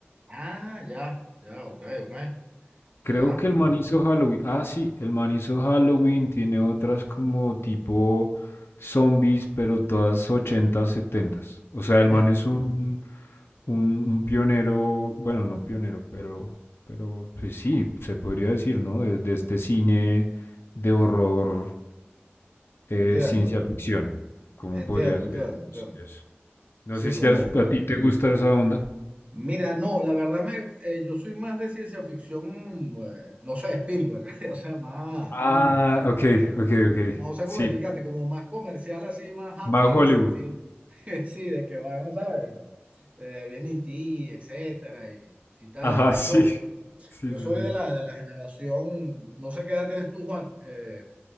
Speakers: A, on the right (about 30°); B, on the left (about 65°).
A: Ah, ya, ya, ok, ok. Ya.
B: Creo que el man hizo Halloween. Ah, sí, el man hizo Halloween, tiene otras como tipo zombies, pero todas ochentas setentas O sea, el
A: Eh,
B: man es un, un, un pionero, bueno, no pionero, pero, pero pues sí, se podría decir, ¿no? De, de este cine de horror, eh,
A: Entiendo,
B: ciencia ficción. ¿Cómo
A: entiendo,
B: podría ser?
A: entiendo, entiendo.
B: Sí, es. No
A: Sí,
B: sé si
A: como,
B: a, a ti te gusta esa onda.
A: mira, no, la verdad me, eh, yo soy más de ciencia ficción, eh, no sé, Spielberg, <laughs> o sea, más,
B: Ah, ok, ok, ok.
A: no sé
B: Sí.
A: cómo explicarte, como más comercial, así, más happy
B: Más
A: en
B: Hollywood.
A: el sentido, <laughs> sí, de que van, ¿sabes? Eh, viene E.T., etcétera, y, y tal.
B: Ajá,
A: Incluso
B: <laughs> sí. Sí,
A: yo
B: sí,
A: soy
B: sí.
A: de la, de la generación, no sé qué edad tienes tú, Juan, eh,